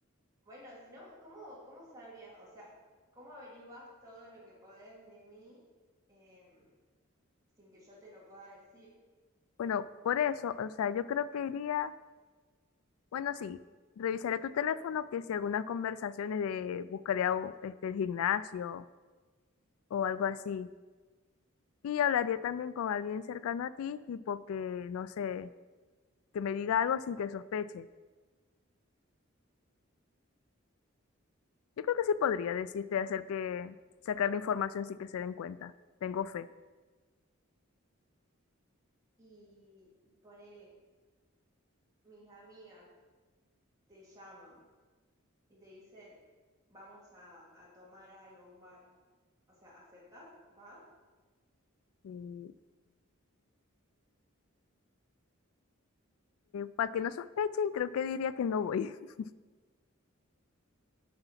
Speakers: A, on the right (about 15°); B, on the left (about 85°).
A: Bueno, si no, ¿cómo, cómo sabrías? O sea, ¿cómo averiguás todo lo que podés de mí em, sin que yo te lo pueda decir?
B: Bueno, por eso, o sea, yo creo que iría, bueno, sí, revisaré tu teléfono que si algunas conversaciones de buscaría o- este, el gimnasio o algo así. Y hablaría también con alguien cercano a ti, tipo que, no sé, que me diga algo sin que sospeche. Yo creo que sí podría decirte hacer que sacar la información sin que se den cuenta. Tengo fe.
A: Y ponele, mis amigas te llaman y te dicen, vamos a, a tomar algo, a un bar. O sea, ¿aceptas? ¿Vas?
B: Y, para que no sospechen, creo que diría que no voy. <laughs>